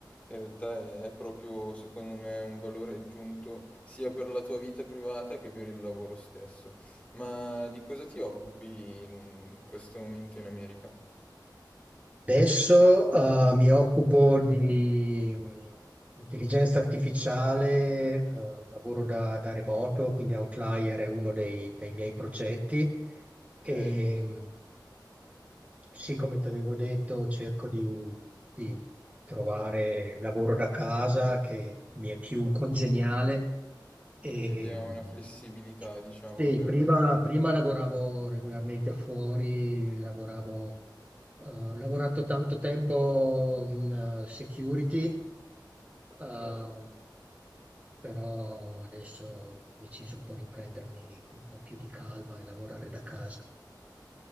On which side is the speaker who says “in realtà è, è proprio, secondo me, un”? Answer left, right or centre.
Left